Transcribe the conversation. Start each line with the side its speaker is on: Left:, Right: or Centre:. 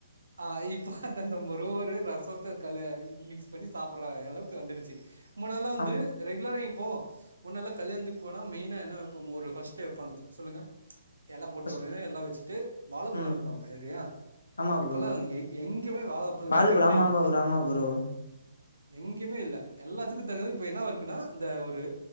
Right: அ இப்ப அந்த மொறு ஒரு ரசத்தக்கலா மிக்ஸ் பண்ணி சாப்பிடுற அளவுக்கு வந்துடுச்சு முன்னால வந்து
Left: ஆம்
Right: ரெகுலரா இப்போ முன்னல்லா கல்யாணத்துக்கு போனா மெயினா என்ன வெப்பொ மொறு பர்ஸ்ட்டெ வெப்பாங்க சொல்லுங்க எல போட்ட
Left: ஃபஸ்ட்
Right: உடனே எல்லா வச்சுட்டு வாழப்பழோ
Left: ம்
Right: வெப்பாங்க இல்லையா
Left: ஆமா
Right: இப்பல்லா
Left: ப்ரோ
Right: எங் எங்யுமே வாழாப்பழோ
Left: வாழப்பழோ
Right: வெக்கிறதே
Left: ஆமா
Right: இல்ல
Left: ஆமா ப்ரோ ஆமா ப்ரோ
Right: எங்கேயுமே இல்ல எல்லாத்துக்கு தகு இப்ப என்னவா இருக்குன்னா இந்த ஒரு